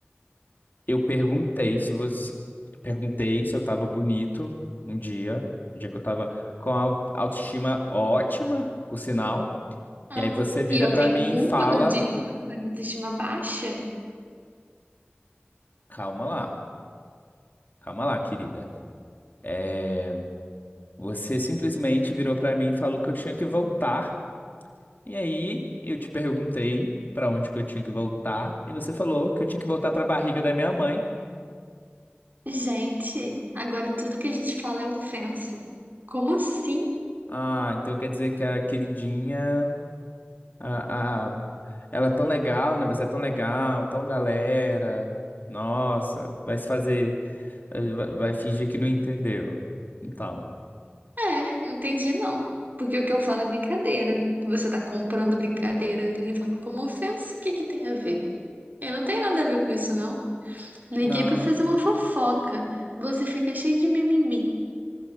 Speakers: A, on the left; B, on the right.
A: Eu perguntei se você. Perguntei se eu tava bonito um dia, um dia que eu tava com a au- autoestima ótima, por sinal.
B: Ah,
A: E aí você vira
B: e eu
A: pra
B: tenho
A: mim
B: culpa
A: e fala.
B: do dia que você tá com a autoestima baixa?
A: Calma lá, calma lá, querida. É, você simplesmente virou pra mim e falou que eu tinha que voltar. E aí eu te perguntei pra onde que eu tinha que voltar e você falou que eu tinha que voltar pra barriga da minha mãe.
B: Gente, agora tudo que a gente fala é ofensa. Como assim?
A: Ah, então quer dizer que a queridinha, a, a, ela é tão legal, né? Você é tão legal, tão galera. Nossa, vai se fazer, vai vai fingir que não entendeu. Então,
B: É, não entendi não. Porque o que eu falo é brincadeira. Você tá comprando brincadeira e levando como ofensa, o que que tem a ver? Eu não tenho nada a ver com isso, não. Liguei
A: não.
B: pra fazer uma fofoca. Você fica cheio de mimimi.